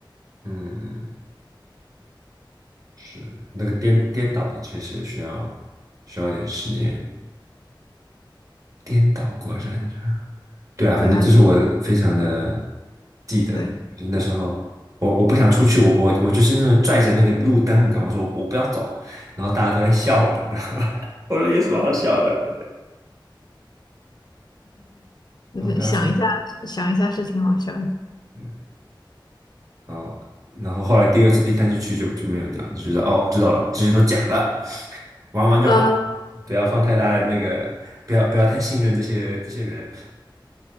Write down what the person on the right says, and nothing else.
嗯，是那个颠颠倒的，确实需要需要点时间。颠倒过山车，对啊，反正这是我非常的
记得的。
就是那时候我我不想出去，我我我就是那种拽着那个路灯，你知道吗？我说我不要走，然后大家都在笑我，你知道吗？<laughs> 我说有什么好笑的？<laughs>
我不要出去。嗯。哦，然后后来第二次、第三次去就就没有这样，就是哦，知道了，这些都假的，<laughs> 玩玩就好，
不要放太大的那个，不要不要太信任这些这些人。